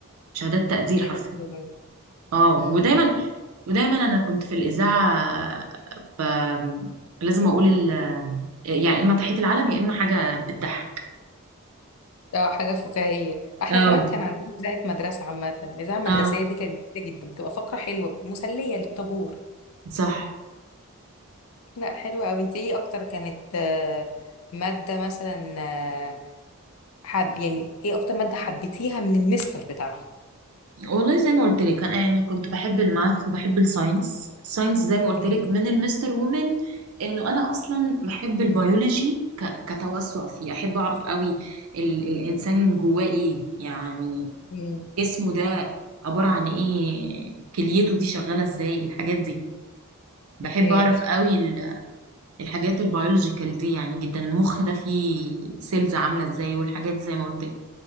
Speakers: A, on the right; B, on the left.
A: شهادات تقدير
B: ايه
A: حرفيا
B: ده حلو قوي
A: اه ودايما
B: مم.
A: ودايما انا كنت في الاذاعه ب... لازم اقول ال... يعني اما تحيه العلم يا اما حاجه بتضحك
B: اه حاجة فكاهية احنا
A: اه
B: كمان كان عندنا إذاعة مدرسة عامة الإذاعة المدرسية
A: اه
B: دي كانت جميلة جدا بتبقى فقرة حلوة مسلية للطابور
A: صح
B: لا حلوة قوي انت ايه اكتر كانت آه، مادة مثلا آه، حب يعني ايه اكتر مادة حبيتيها من المستر بتاعها
A: والله زي ما قلت لك انا يعني كنت بحب الماث وبحب الساينس الساينس زي ما قلت
B: مم.
A: لك من المستر ومن انه انا اصلا بحب البيولوجي ك- كتوسع فيه احب اعرف قوي ال- الانسان جواه ايه يعني
B: مم.
A: جسمه ده عبارة عن ايه كليته دي شغالة ازاي الحاجات دي بحب
B: اوكي
A: اعرف قوي ال- الحاجات البيولوجيكال دي يعني جدا المخ ده فيه سيلز عاملة ازاي والحاجات دي زي ما قلت لك